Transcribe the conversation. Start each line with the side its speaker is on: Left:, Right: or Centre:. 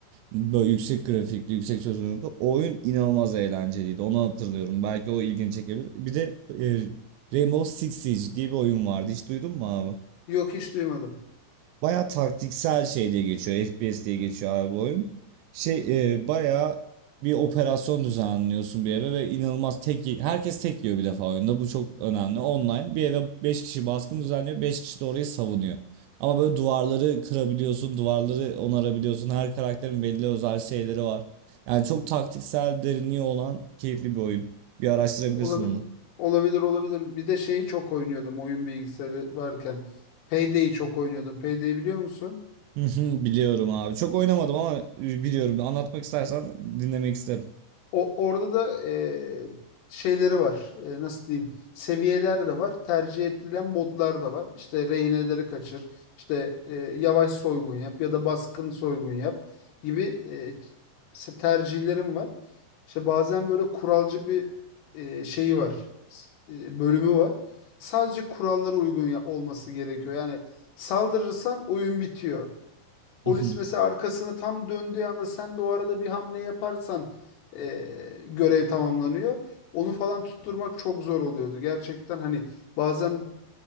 Right: böyle yüksek grafikli, yüksek çözünürlüklü. O oyun inanılmaz eğlenceliydi. Onu hatırlıyorum. Belki o ilgini çekebilir. Bir de e, Rainbow Six Siege diye bir oyun vardı. Hiç duydun mu abi?
Left: Yok hiç duymadım.
Right: Baya taktiksel şey diye geçiyor. FPS diye geçiyor abi bu oyun. Şey e, baya bir operasyon düzenliyorsun bir eve ve inanılmaz tek ye- herkes tek yiyor bir defa oyunda. Bu çok önemli. Online bir eve 5 kişi baskın düzenliyor. beş kişi de orayı savunuyor. Ama böyle duvarları kırabiliyorsun, duvarları onarabiliyorsun. Her karakterin belli özel şeyleri var. Yani çok taktiksel derinliği olan keyifli bir oyun. Bir araştırabilirsin
Left: Olabilir.
Right: onu.
Left: Olabilir olabilir. Bir de şeyi çok oynuyordum oyun bilgisayarı varken. Payday'i çok oynuyordum. Payday'i biliyor musun?
Right: <laughs> Biliyorum abi. Çok oynamadım ama e, biliyorum. Anlatmak istersen dinlemek isterim.
Left: O, orada da e, şeyleri var. E, nasıl diyeyim? Seviyeler de var. Tercih edilen modlar da var. İşte rehineleri kaçır. İşte e, yavaş soygun yap ya da baskın soygun yap gibi e, se- tercihlerim var. İşte bazen böyle kuralcı bir e, şeyi var. S- e, bölümü var. Sadece kurallara uygun ya- olması gerekiyor. Yani saldırırsan oyun bitiyor.
Right: <laughs>
Left: Polis mesela arkasını tam döndüğü anda sen de o arada bir hamle yaparsan e, görev tamamlanıyor. Onu falan tutturmak çok zor oluyordu. Gerçekten hani bazen